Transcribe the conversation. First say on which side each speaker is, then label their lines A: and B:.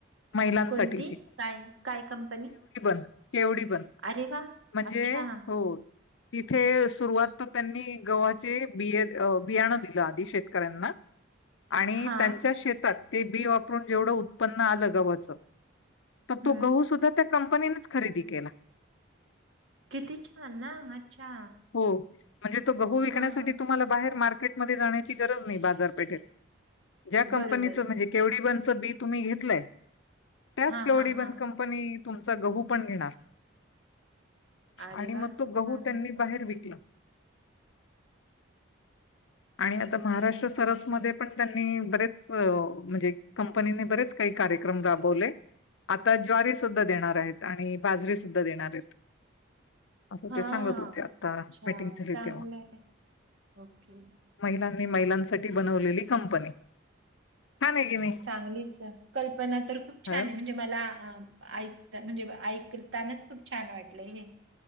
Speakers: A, on the left; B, on the right.
A: महिलांसाठीची
B: कोणती? काय काय कंपनी?
A: <unintelligible> केवडी बण
B: अरे वाह!
A: म्हणजे
B: अच्छा.
A: हो तिथे सुरुवात तर त्यांनी गव्हाचे बिय अ बियाणं दिलं आधी शेतकऱ्यांना आणि
B: हां.
A: त्यांच्या शेत ते बी वापरून जेवढं उत्पन्न आलं गव्हाच तर
B: हं.
A: तो गहू सुद्धा कं कंपनीनेच खरेदी केला
B: किती छान ना अच्छा
A: हो. म्हणजे तो गहू विकण्यासाठी
B: हां, हां.
A: तुम्हाला बाहेर मारक मार्केटमध्ये जाण्याची गरज नाही बाजारपेठेत ज्या कंपनीच
B: बरोबर.
A: म्हणजे केवडिबन बी तुम्ही घेतलंय त्यास
B: हां,
A: केवडी
B: हां,
A: बंण
B: हां.
A: कंपनी तुमचा गहू पण घेणार
B: अरे
A: आणि
B: वाह!
A: मग तो गहू
B: हां,
A: त्यांनी
B: हां, हां.
A: बाहेर विकला आणि आता महाराष्ट्र
B: अच्छा.
A: सरसमध्ये पण त्यांनी बरेच म्हणजे कंपनीने बरेच काही कार्यक्रम राबवले आता ज्वारी सुुद्धा देणार आहेत आणि बाजरी सुुद्धा देणार आहेत असं
B: हा
A: ते सांगत होते
B: अच्छा
A: आता मीटिंग झाली
B: चांगलं
A: तेव्हा.
B: आहे ओके
A: महिलांनी महिलांसाठी बनवलेली कंपनी छान आहे की नाही?
B: चांगलीचय कल्पना तर खूप छान
A: हं.
B: ए म्हणजे मला ह ऐकता म्हणजे ऐकतानाच खूप छान वाटलंय हे